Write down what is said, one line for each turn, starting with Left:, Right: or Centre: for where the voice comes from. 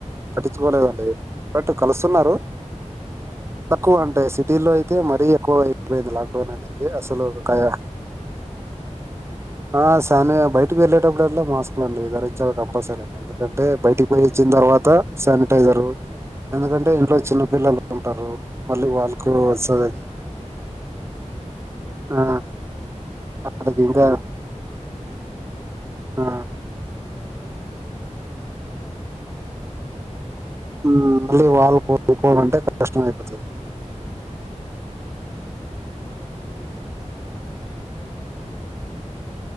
Right: పట్టించుకోలేదండి బట్ కలుస్తున్నారు
Centre: అవునా ఆ ఆ!
Right: తక్కువ అంటె సిటీ లో అయితే మరీ ఎక్కువ లాక్డౌన్ అనేది
Centre: మీరు
Right: అసలు
Centre: ఈ శానిటైజర్లు
Right: క
Centre: మాస్కులు వాడినారండి.
Right: ఆ శానియా బయటకి వెళ్ళేటప్పుడుల్లా మాస్కులు అండి ధరించాలి కంపల్సరీ ఎందుకంటే
Centre: అవునవును
Right: బయటికి
Centre: శానిటైజర్
Right: పోయి ఇచ్చిన తర్వాత
Centre: శానిటైజరు
Right: శానిటైజరు ఎందుకంటే
Centre: అవునవునండి
Right: ఇంట్లో చిన్నపిల్లలు ఉంటారు మళ్ళీ
Centre: అవునవునండి
Right: వాళ్ళకు
Centre: అదే అన్
Right: వస్తదని
Centre: అదే అండి పెద్ద ప్రాబ్లం అంటే ఇప్పుడు చిన్న పిల్లలు ఉంటారా
Right: ఆ
Centre: మేమేం
Right: వాళ్ళకి
Centre: పెద్దోళ్ళు
Right: ఇంకా
Centre: బయట తిరిగేసి వచ్చేస్తామా
Right: ఆ
Centre: వాళ్ళ చిన్నపిల్ల వాళ్ళకి కొంచం తాకినా ఇంకా వాళ్ళ తొందరగా వచ్చేస్తుదండి డి
Right: ఉమ్, మళ్ళీ వాళ్ళు
Centre: అట్లా
Right: కోలుకోవాలంటే
Centre: అని చెప్పి కొంచెం చాలా
Right: కష్టం
Centre: భయం
Right: అయిపోతది
Centre: ఉండేది అవునవునండి అంతకని చెప్పి చాలా కష్టమ అండి ఇంట్లో చిన్నపిల్లలు ఉంటేప్పుడు